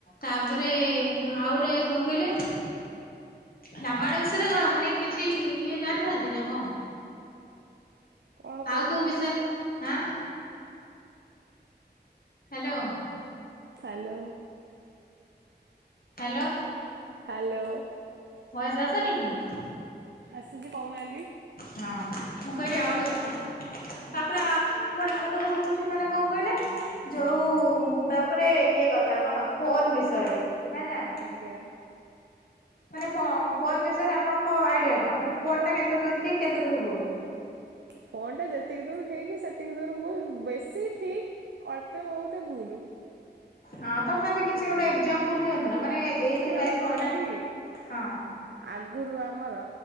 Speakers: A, on the left; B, on the right.
A: ତାପରେ ଆଉ ଗୋଟେ କଣ କହିଲେ? ରାମାୟଣ ବିଷୟରେ କଣ ମାନେ କିଛି ଇଏ ଜାଣିନାହାନ୍ତି ନା କଣ?
B: କଣ
A: ଆଉ
B: କହୁନାହାନ୍ତି।
A: କୋଉ ବିଷୟ ହାଁ hello.
B: Hello.
A: Hello
B: hello
A: voice ଆସୁନି କି।
B: ଆସିଛି କହୁନାହାନ୍ତି।
A: ହଁ। ମୁଁ କହିଲି ଆଉ ଗୋଟେ କଥା ତାପରେ ମୋ ଡା ଆଉ ଗୋଟେ କଥା କହୁଛି ମାନେ କଣ କହିଲେ? ଯୋଉ ତାପରେ ଇଏ କଥା କଣ ଫୋନ ବିଷୟରେ ହେଲା
B: ଆଜ୍ଞା।
A: ମାନେ ଫୋନ୍ ବିଷୟରେ ଆପଣଙ୍କ ଆଇଡିଆ କଣ ମାନେ ଫୋନ୍ ଟା କେତେ ଦୂର ଠିକ କେତେ ଦୂର ଭୁଲ।
B: ଫୋନ୍ ଟା ଯେତିକି ଦୂର ଠିକ୍ ସେତିକି ଦୂର ହୁ ବେଶୀ ଠିକ ଅଳ୍ପେ ବହୁତ ଭୁଲ।
A: ହଁ ତଥାପି କିଛି ଗୋଟେ। ଏକ୍ସାମ୍ପ୍ଲ ଦିଅନ୍ତୁ ନା ମାନେ
B: ଠିକ୍
A: ଏଇଥିପାଇଁ
B: ମାନେ କଣ
A: ଫୋନ ଟା
B: କି
A: ହଁ।
B: ଆଗରୁ ଆମର